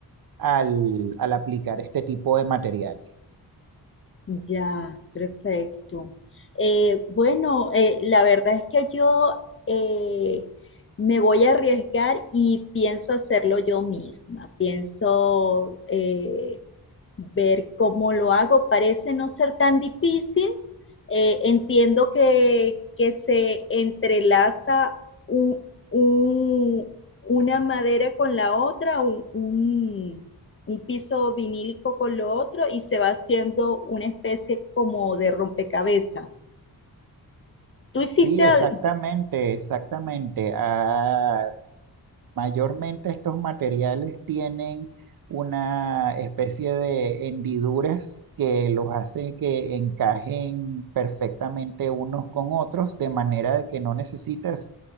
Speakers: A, on the right; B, on the left.
A: al, al aplicar este tipo de materiales.
B: Ya, perfecto. Eh, bueno, eh, la verdad es que yo eh, me voy a arriesgar y pienso hacerlo yo misma. Pienso eh, ver cómo lo hago. Parece no ser tan difícil. Eh, entiendo que, que se entrelaza un- un- una madera con la otra, un, un- un piso vinílico con lo otro y se va haciendo una especie como de rompecabezas. Tú hiciste
A: Sí,
B: algo.
A: exactamente, exactamente. Ah, Mayormente estos materiales tienen una especie de hendiduras que los hace que encajen perfectamente unos con otros, de manera de que no necesitas